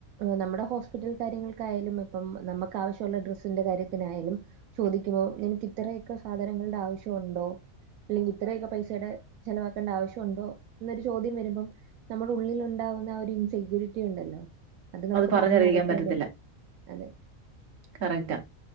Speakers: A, on the right; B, on the right.
A: നമ്മുടെ ഹോസ്പിറ്റൽ കാര്യങ്ങൾക്കായാലും ഇപ്പം നമ്മക്ക് ആവശ്യള്ള ഡ്രസ്സിന്റെ കാര്യത്തിനായാലും. ചോദിക്കുമ്പോ നിനക്ക് ഇത്രയൊക്കെ സാധനങ്ങള്ടെ ആവശ്യെണ്ടോ? അല്ലെങ്കി ഇത്രയൊക്കെ പൈസെടെ ചെിലവാക്കണ്ട ആവശ്യണ്ടോ ന്നൊരു ചോദ്യം വരുമ്പം. നമ്മുടെ ഉള്ളിലുണ്ടാവുന്ന ആ ഒരു ഇൻസെക്യൂരിറ്റി ഉണ്ടല്ലോ അത് നമുക്ക്
B: പറഞ്ഞറിയിക്കാൻ
A: പറഞ്ഞ അറിയിക്കാൻ
B: പറ്റത്തില്ല.
A: പറ്റ അതെ.
B: കറക്റ്റാ